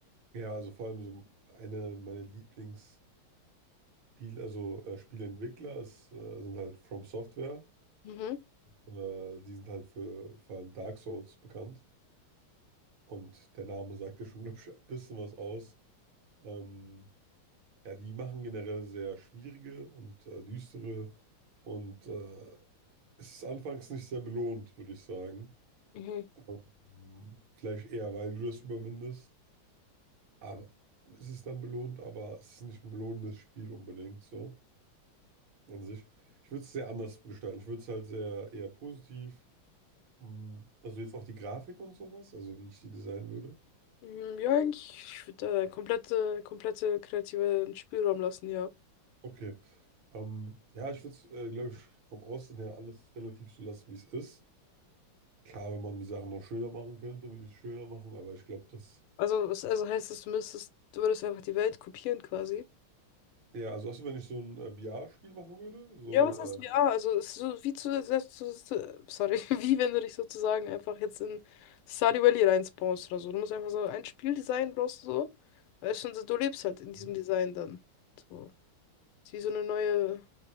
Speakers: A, on the right; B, on the left.
A: ja, also vor allem so eine meiner Lieblingsspiel, also äh, Spieleentwickler ist, äh, sind halt From Software.
B: Mhm.
A: Äh, die sind halt für vor allem Dark Souls bekannt. Und der Name sagt ja schon, <laughs> glaube ich, ein bisschen was aus. Ähm, ja, die machen generell sehr schwierige und äh, düstere und äh, es ist anfangs nicht sehr belohnt, würde ich sagen.
B: Mhm.
A: Ähm, vielleicht eher, weil du das überwindest, aber es ist dann belohnt, aber es ist nicht ein belohnendes Spiel unbedingt so an sich. Ich würde es sehr anders gestalten. Ich würde es halt sehr eher positiv, mm, also jetzt auch die Grafik und sowas, also wie ich die designen würde.
B: Mm, Ja, eigentlich, ich würde äh, komplette, komplette kreativen Spielraum lassen, ja.
A: Okay. Ähm, ja, ich würde es, äh, glaube ich, vom Aussehen her alles relativ so lassen, wie es ist. Klar, wenn man die Sachen noch schöner machen könnte, würde ich es schöner machen, aber ich glaube, das.
B: Also, was, also heißt das, du müsstest, du würdest einfach die Welt kopieren quasi.
A: Ja, also hast du, wenn ich so ein äh, VR-Spiel machen würde, so,
B: Ja, was heißt
A: äh,
B: ja? Also, es ist so wie zu, selbst zu, zu, sorry, <laughs> wie wenn du dich sozusagen einfach jetzt in Stardew Valley reinspawnst oder so. Du musst einfach so ein Spieldesign brauchst du so. Weißt schon, so, du lebst halt in diesem
A: Mhm.
B: Design dann. So. Ist wie so eine neue,